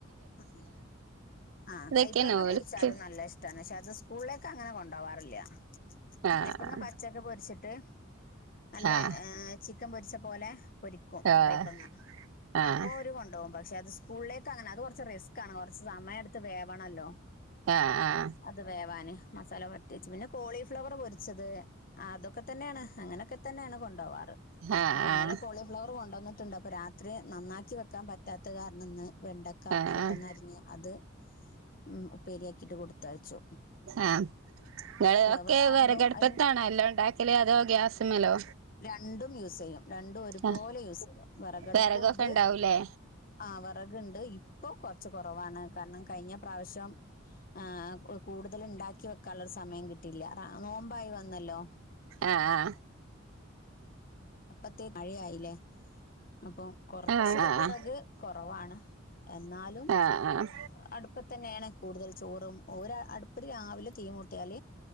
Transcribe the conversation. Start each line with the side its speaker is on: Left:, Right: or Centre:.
Left: ആ ആ
Right: ഇതൊക്കെയാണ്
Left: കയപ്പങ്ങ
Right: ഓൽക്ക്
Left: പൊരിച്ചാലും നല്ല ഇഷ്ട്ടാണ് പക്ഷെ അത് സ്ക്കൂ സ്കൂളിലേക്കെ അങ്ങനെ കൊണ്ടോവാറില്ല
Right: ആഹ്
Left: കൈപ്പങ്ങ പച്ചൊക്കെ പൊരിച്ചിട്ട് ട്ട് നല്ല
Right: ആഹ്
Left: ഏ ച്ചി ക്കൻ പൊരിച്ചത് പോലെ പൊരിക്കും
Right: ആഹ്
Left: കൈപ്പങ്ങ
Right: ആഹ്
Left: അപ്പൊ ഓര് കൊണ്ടോകും പക്ഷെ അത് സ്കൂളിലേക്ക് അങ്ങനെ അത് കൊറച്ച് കൊറച്ച് റിസ്കാണ് കുറച്ച് സമയം എടുത്ത് വേവണല്ലോ
Right: ആഹ് ആഹ്
Left: അത് വേവാന് മസാല പോരട്ട്യാച്ച് പിന്നെ കോളി ഫ്ലവ ഫ്ലവർ പൊരിച്ചത് അതൊക്കെ തന്നെയാണ് അങ്ങനെയൊക്കെ തന്നെയാണ് കൊണ്ടോവാ
Right: ആഹ്
Left: അപ്പ ന്നലെ കോളിഫ്ല ന്നിട്ടുണ്ട് അപ്പൊ രാത്രി നന്നാക്കി വെക്കാൻ പറ്റ പറ്റാത്ത കാരണം ഇന്ന് വെണ്ടക്ക
Right: ആഹ് ആഹ്
Left: പെട്ടന്ന് അറിഞ്ഞ് അത് ഉം ഉപ്പേരിയാ ഇത് കൊട് ത്തയച്ചു
Right: ആഹ് ഇങ്ങള്
Left: ഫ്ലവർ
Right: ഒക്കെ
Left: ആവുമ്പം
Right: വെറകടുപ്പത്താണോ
Left: അതിന്
Right: എല്ലാം ഉണ്ടാക്കല് അതോ ഗ്യാസ്മ്മലോ
Left: രണ്ടും യൂസ് ചെയ്യും രണ്ടും ഒരുപോലെ
Right: ആഹ്
Left: യൂസ് ചെയ്യും വിറകടുപ്പുണ്ട്
Right: വെറകൊക്കെ ഉണ്ടാവൂലേ
Left: ആ വിറക്ണ്ട് ഇത് ഈ ഇപ്പൊ കൊറച്ച് കൊറവാണ് കാരണം കഴിഞ്ഞ പ്രാവശ്യം ആ കൂടുതല് ണ്ടാക്കി വെക്കാള്ള സമയം കിട്ടിയില്ല നോമ്പായി വ ന്നല്ലോ
Right: ആഹ്
Left: അപ്പോഴത്തോക്കും മഴയായില്ലേ അപ്പം കുറച്ച്
Right: ആഹ് ആഹ്
Left: വിറക് കുറവാണ് എന്നാലും
Right: ആഹ്
Left: അടുപ്പത്ത്തന്നെയാണ് കൂടുതൽ ചോറും ഒര് അടുപ്പിൽ രാവിലെ തീ മൂട്ടിയാൽ